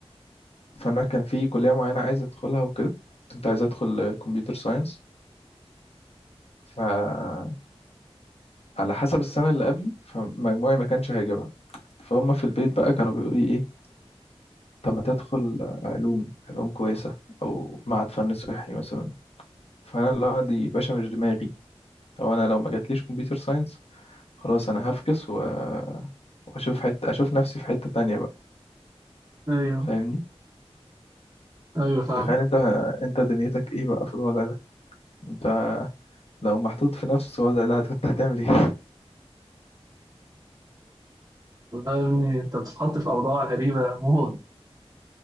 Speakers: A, on the left; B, on the right.
A: فانا كان في كلية معينة عايز ادخلها وكده كنت عايز ادخل كمبيوتر ساينس فعلى حسب السنة اللي قبلي فمجموعي ما كانش هيجيبها فهم في البيت بقى كانوا بيقولوا لي إيه، طب ما تدخل علوم علوم كويسة أو معهد فن صحي مثلا فأنا لا دي باشا مش دماغي أو أنا لو ما جاتليش كمبيوتر ساينس خلاص أنا هفكس و... وأشوف حتة أشوف نفسي في حتة تانية بقى
B: ايوه
A: فاهمني
B: ايوه فاهم
A: تخيل أنت أنت دنيتك إيه بقى في الوضع ده أنت لو محطوط في نفس الوضع ده كنت هتعمل إيه
B: والله يا ابني انت بتتحط في اوضاع غريبه موت